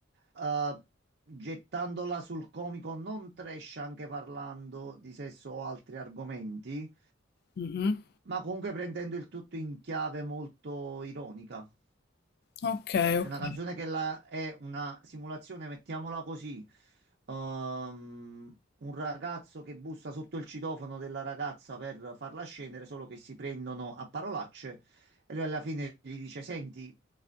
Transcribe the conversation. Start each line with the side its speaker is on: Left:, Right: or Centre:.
Right: eh, gettandola sul comico non trash, anche parlando di sesso o altri argomenti,
Left: Mhm.
Right: ma comunque prendendo il tutto in chiave molto ironica.
Left: Ok,
Right: C'è
Left: ok.
Right: una canzone che la- è una simulazione, mettiamola così. ehm, un ragazzo che bussa sotto il citofono della ragazza per farla scendere, solo che si prendono a parolacce e lui alla fine gli dice: Senti,